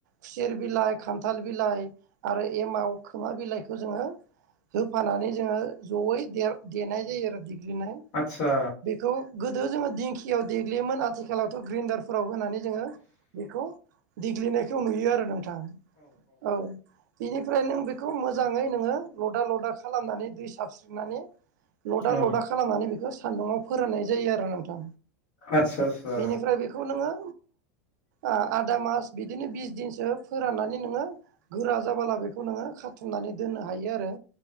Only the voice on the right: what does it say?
खुसेर बिलाइ खान्थाल बिलाइ आरो एमाव खोमा बिलाइखौ जोङो होफानानै जोङो जयै देनाय जायो आरोखि देनाय
बेखौ गोदो जोङो दिं खियाव देग्लियोमोन आथिखालावथ' ग्रेन्दारफोराव होनानै जोङो बेखौ देग्लिनायखौ नुयो आरो नोंथां औ बिनिफ्राय नों बेखौ मोजाङै नोङो लदा लदा खालामनानै दै साबस्रिनानै लदा
लदा खालामनानै बिखो सान्दुङाव फोराननाय जायो आरो नोंथां
बेनिफ्राय बिखौ नोङो आ आदा मास बिदिनो बिस दिनसो फोराननानै नोङो गोरा जाबाला बेखौ नोङो खाथुमनानै दोननो हायो आरो